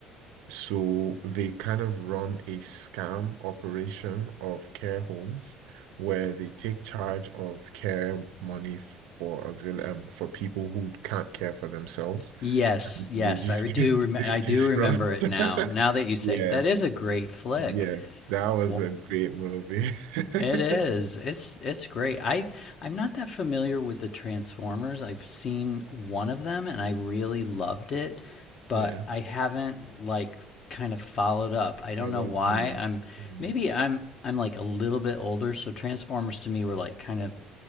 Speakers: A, on the right; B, on the left.
A: So they kind of run a scam operation of care homes where they take charge of care money for auxil um, for people who can't care for themselves.
B: Yes,
A: And
B: yes,
A: they just
B: I do.
A: <laughs>
B: Rem- I
A: they just
B: do remember
A: run.
B: it
A: <laughs>
B: now. Now that you say
A: Yes,
B: it. that is a great flick.
A: yes, that was
B: Well,
A: a great movie. <laughs>
B: it is. It's it's great. I I'm not that familiar with the Transformers. I've seen one of them and I really loved it, but
A: Yeah,
B: I haven't like kind of followed up. I don't
A: I love
B: know why.
A: too.
B: I'm
A: Mm.
B: maybe I'm I'm like a little bit older, so Transformers to me were like kind of